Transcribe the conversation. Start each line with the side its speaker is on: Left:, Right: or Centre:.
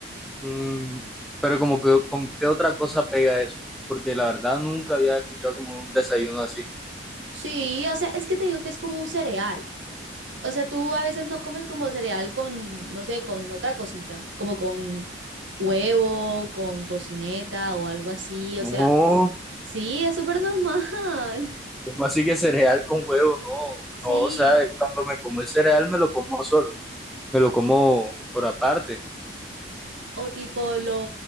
Centre: Mm, pero como que, ¿con qué otra cosa pega eso? Porque la verdad nunca había escuchado como un desayuno así.
Right: Sí, o sea, es que te digo que es como un cereal. O sea, tú a veces no comes como cereal con, no sé, con otra cosita, como con huevo, con tocineta o algo así. O
Centre: No,
Right: sea, sí, es súper normal.
Centre: ¿cómo así que cereal con huevo? No,
Right: <laughs>
Centre: no, o sea,
Right: Sí.
Centre: cuando me como el cereal me lo como solo, me lo como por aparte.
Right: O tipo lo,